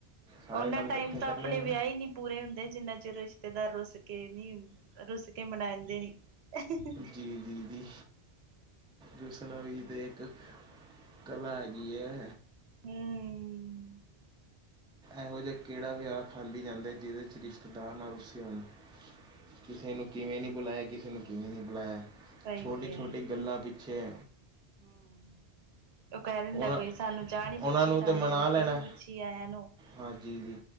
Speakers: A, in the centre; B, on the right.
A: ਸਾਰੇ
B: ਉਨਾਂ
A: ਕੰਮ ਇਕੱਠੇ
B: ਟਾਈਮ ਤਾਂ
A: ਕਰਨੇ
B: ਆਪਣੇ
A: ਨਾ
B: ਵਿਆਹ ਈ ਨੀ। ਪੂਰੇ ਹੁੰਦੇ ਜਿੰਨਾ ਚਿਰ ਰਿਸ਼ਤੇਦਾਰ ਰੁਸ ਕੇ ਨੀ ਰੁਸ ਕੇ ਮਨਾਦੇ ਨੀ। ਹਾਹਾਹਾਹਾ
A: ਜੀ, ਜੀ, ਜੀ। ਰੁਸਨਾ ਵੀ ਤੇ ਇੱਕ ਕਲਾ ਹੈਗੀ ਐ।
B: ਹਮ।
A: ਇਹੋ ਜਿਹਾ ਕਿਹੜਾ ਵਿਆਹ ਖਾਲੀ ਜਾਂਦਾ ਐ, ਜਿਹਦੇ ਵਿੱਚ ਰਿਸ਼ਤੇਦਾਰ ਨਾ ਰੁੱਸੇ ਹੋਣ। ਕਿਸੇ ਨੂੰ ਕਿਵੇਂ ਨਹੀਂ ਬੁਲਾਇਆ, ਕਿਸੇ ਨੂੰ ਕਿਵੇਂ ਨਹੀਂ ਬੁਲਾਇਆ।
B: ਸਹੀ
A: ਛੋਟੀ-
B: ਹੈ
A: ਛੋਟੀ ਗੱਲਾਂ ਪਿੱਛੇ।
B: ਹਮ ਉਹ ਕਹਿ ਦਿੰਦਾ
A: ਉਹਨਾਂ
B: ਕੋਈ ਸਾਨੂੰ ਚਾਹ ਨੀ
A: ਉਹਨਾਂ
B: ਪੁੱਛੀ,
A: ਨੂੰ
B: ਸਾਨੂੰ
A: ਤਾਂ ਮਨਾ
B: ਰੋਟੀ
A: ਲੈਣਾ
B: ਨੀ ਪੁੱਛੀ ਆਇਆ ਨੂੰ।
A: ਹਾਂਜੀ ਜੀ,